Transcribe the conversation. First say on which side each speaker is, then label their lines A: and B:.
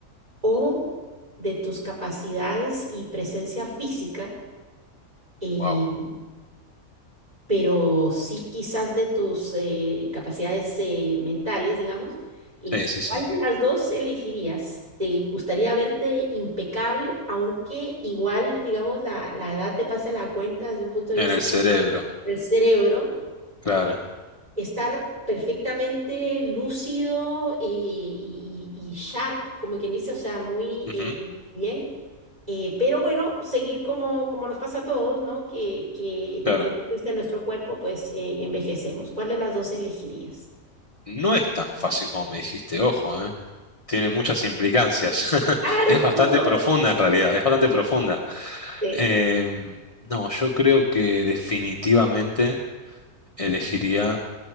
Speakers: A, on the right; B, on the left.
A: o de tus capacidades y presencia física, eh,
B: Wow.
A: pero sí quizás de tus eh, capacidades eh, mentales, digamos. ¿Y
B: Sí, sí, sí.
A: cuál de las dos elegirías? ¿Te gustaría verte impecable, aunque igual, digamos, la, la edad te pase la cuenta desde un punto de
B: En
A: vista
B: el cerebro,
A: del cerebro,
B: claro.
A: estar perfectamente lúcido eh, y, y- y sharp, como quien dice, o sea, muy...
B: Ujú,
A: eh, bien Eh, pero bueno, seguir como, como nos pasa a todos, ¿no? Que, que desde
B: claro.
A: el punto de vista de nuestro cuerpo, pues eh, envejecemos. ¿Cuál de las dos elegirías?
B: No es tan fácil como me dijiste, ojo, ¿eh? Tiene muchas implicancias. <laughs>
A: Claro.
B: Es bastante profunda en realidad, es bastante profunda.
A: Sí.
B: Em, no, yo creo que definitivamente elegiría